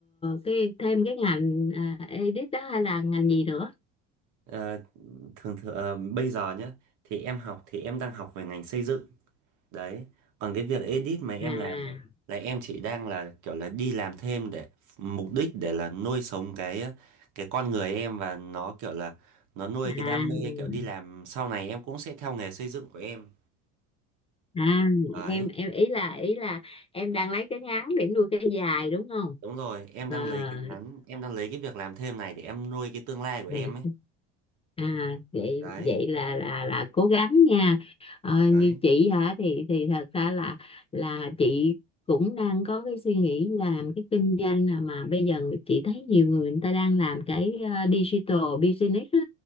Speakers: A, on the left (about 20°); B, on the right (about 60°).
A: cái thêm cái ngành à, edit đó hay là ngành gì nữa
B: Ờ, thường thường ờ, bây giờ nhá thì em học thì em đang học về ngành xây dựng đấy còn cái việc edit mà em
A: à
B: làm này là em chỉ đang là kiểu là đi làm thêm để mục đích để là nuôi sống cái ờ, cái con người em và nó kiểu là nó nuôi
A: à
B: cái đam mê kiểu đi làm sau này em cũng sẽ theo nghề xây dựng của em
A: à
B: đấy
A: em em ý là ý là em đang lấy cái ngắn để nuôi cái dài đúng không
B: đúng rồi em
A: à,
B: đang lấy cái ngắn em đang lấy cái việc làm thêm này để em nuôi cái tương lai của em
A: Ừ.
B: ấy
A: à vậy
B: đấy
A: vậy là là là cố gắng nha ờ, như
B: đấy
A: chị hả thì thì thật ra là là chị cũng đang có cái suy nghĩ làm cái kinh doanh là mà bây giờ chị thấy nhiều người người ta đang làm cái ờ, digital business á.